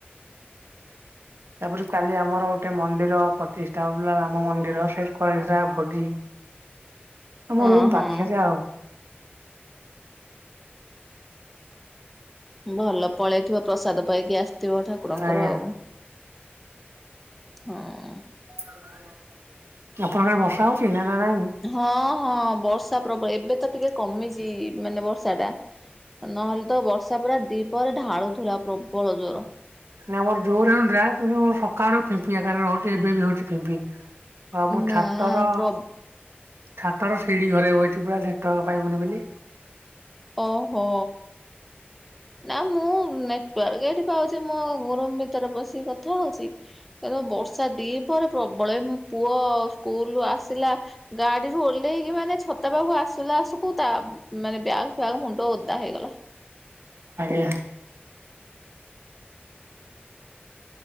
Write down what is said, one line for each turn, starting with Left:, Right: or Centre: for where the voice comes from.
Right: ତାପରେ କାଲି ଆମର ଗୋଟେ ମନ୍ଦିର ପ୍ରତିଷ୍ଠା ହଉଥିଲା ରାମ ମନ୍ଦିର <unintelligible> ଭୋଜି। ଆମ
Centre: ହଁ
Right: ରୁମ୍
Centre: ହଁ।
Right: ପାଖେ ଯା ଆଉ
Centre: ଭଲ ପଳେଇଥିବ ପ୍ରସାଦ ପାଇକି ଆସିଥିବ ଠାକୁରଙ୍କର
Right: ଆଜ୍ଞା
Centre: ଆଉ। ହଁ।
Right: ଆପଣଙ୍କର ବର୍ଷା ହଉଛି ନା ନା ନାଇଁ?
Centre: ହଁ ହଁ ବର୍ଷା ପ୍ରବଳ ଏବେ ତ ଟିକେ କମିଛି ମାନେ ବର୍ଷା ଟା ନହେଲେ ତ ବର୍ଷା ପୁରା ଦିପହରେ ଢାଳୁଥିଲା ପ୍ରବଳ ଜୋର
Right: ଆମର ଜୋରରେ ହେଉଥିଲା କିନ୍ତୁ ସକାଳୁ ଫିମ୍ପିରେ ରହୁଛି ଏବେ ବି ହଉଛି ଫିମ୍ପି ହଁ ମୁଁ
Centre: ନା
Right: ଛାତର
Centre: ପ୍ର
Right: ଛାତର ଶିଢୀ ଘରେ ବହିଛି ପୁରା ନେଟୱର୍କ ପାଇବନି ବୋଲି।
Centre: ଓହୋ। ନା ମୁଁ ନେଟୱର୍କ ଏଇଠି ପାଉଛି ମୋ ରୁମ୍‌ଭିତରେ ବସି କଥା ହଉଛି। ତ ବର୍ଷା ଦିପହରେ ପ୍ରବଳ ପୁଅ ସ୍କୁଲରୁ ଆସିଲା ଗାଡିରୁୁ ଓହ୍ଲେଇକି ମାନେ ଛତା ପାଖକୁ ଆସିଲା ଆସକୁ ତା ମାନେ ବ୍ୟାଗ୍ ଫ୍ୟାଗ୍ ମୁଣ୍ଡ ଓଦା ହେଇଗଲା।
Right: ଆଜ୍ଞା।